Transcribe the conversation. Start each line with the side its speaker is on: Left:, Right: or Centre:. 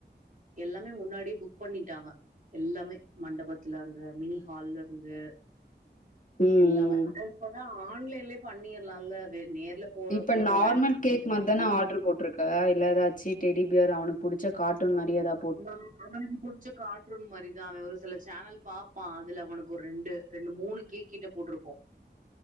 Right: எல்லாமே முன்னாடியே புக் பண்ணிட்டாங்க எல்லாமே மண்டபத்துல இருந்து மினி ஹால்ல இருந்து
Left: ம்
Right: எல்லாமே ஆனா இப்பதா ஆன்லைன்லயே பண்ணிர்லால்ல வே நேர்ல போற
Left: இப்ப
Right: போற
Left: நார்மல்
Right: வேல
Left: கேக் மாத் தான ஆர்ட்ரு போட்ருக் க இல்ல ஏதாச்சு டெடி பியர் அவனுக்கு புடுச்ச காட்டூன் மாரி எதா
Right: ம்மா அவனுக்கு புடுச்ச காட் ரூன் மாரி தா அவ ஒரு சில சேனல் பாப்பா அதுல அவனுக்கு ஒரு ரெண்டு ரெண்டு மூணு கேக் கிட்ட போட்ருக்கோ